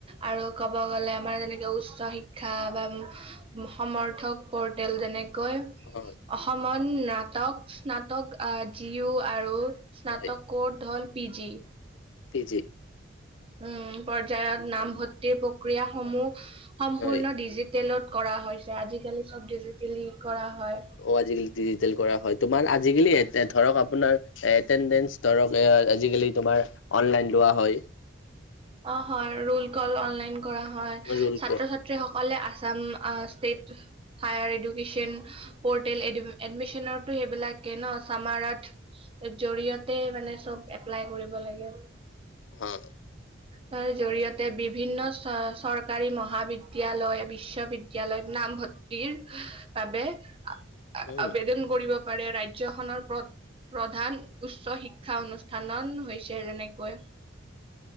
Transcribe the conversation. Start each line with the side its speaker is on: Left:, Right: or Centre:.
Right: আৰু ক'ব গ'লে আমাৰ যেনেকে উচ্চ শিক্ষা বা উম উম, সমৰ্থক পৰ্টেল যেনেকৈ
Left: <unintelligible>
Right: অসমত নাটক স্নাতক আ, যিও আৰু স্নাত
Left: হয়
Right: ক'ড হ'ল পি জি
Left: পি জি
Right: উম উম, পৰ্যায়ত নামভৰ্তিৰ প্ৰক্ৰিয়াসমূহ সম্পূৰ্ণ
Left: হয়।
Right: ডিজিট তেলত কৰা হৈছে আজিকালি চব ডিজিটেলি কৰা হয়।
Left: অ', আজিকালি ডিজিটেল কৰা হয় তোমাৰ আজিকালি এতে এ, ধৰক আপোনাৰ এটেনডেঞ্চ ধৰক এ, আজিকালি তোমাৰ অনলাইন লোৱা হয়।
Right: অ', হয় ৰোল কল অনলাইন কৰা হয়
Left: ৰোল
Right: ছাত্ৰ
Left: কৰ
Right: ছাত ত্ৰী সকলে আছাম আ, ষ্টেট হায়াৰ এডুকেচন পৰ্টেল এডমি এডমিচনতো সেইবিলাকে ন চামাৰত এ, জৰিয়তে মানে চব এপ্লাই কৰিব লাগে।
Left: হয়।
Right: তাৰ জৰিয়তে বিভিন্ন চা চৰকাৰী মহাবিদ্যালয় বিশ্ববিদ্যালয়ত নামভৰ্ত <unintelligible>
Left: উম
Right: আবেদন কৰিব পাৰে ৰাজ্যখনৰ পত প্ৰধান উচ্চ শিক্ষা অনুষ্ঠানন হৈছে যেনেকৈ